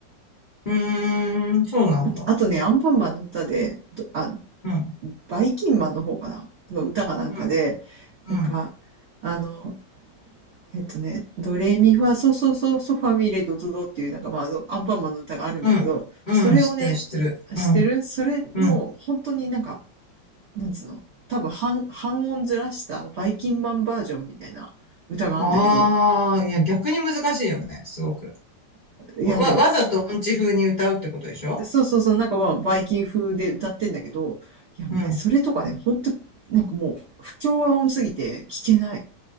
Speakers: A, on the left; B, on the right.
A: うーん、そうなんだ。
B: あと、あとね、アンパンマンの歌で、どあ、
A: うん、
B: バイキンマンの方かなの歌かなんかで、
A: うん、
B: なんか、
A: うん、
B: あの、えっとね、ドレミファソソソソファミレドドドっていうなんかまああのアンパンマンの歌があるんだけど、
A: うん、
B: それをね、
A: うん、知ってる、知ってる。
B: 知ってるそれの本当になんか、
A: うん、うん。
B: なんつうの、多分半、半音ずらしたバイキンマンバージョンみたいな歌があるんだけど、
A: ああ、いや、逆に難しいよね、すごく。
B: いやでも、
A: わ、わざと音痴風に歌うってことでしょ
B: そうそうそう、なんかまあバイキン風で歌ってんだけど、いやもうね、
A: うん。
B: それとかね、本当なんかもう不協和音すぎて聞けない。